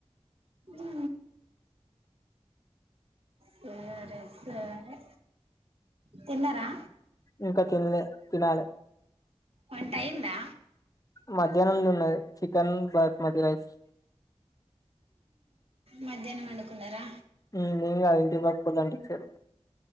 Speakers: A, on the right (about 60°); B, on the left (about 30°).
A: ఊ సరే సరే తిన్నారా
B: ఇంకా తినలే తినాల
A: వంటయిందా
B: మధ్యాహ్నంలోన్నది చికెన్ బర్ మట్టన్ రైస్
A: మధ్యాహ్నం వండుకున్నారా
B: ఈ మిలా ఇంటి పక్కోళ్ళు అంటించారు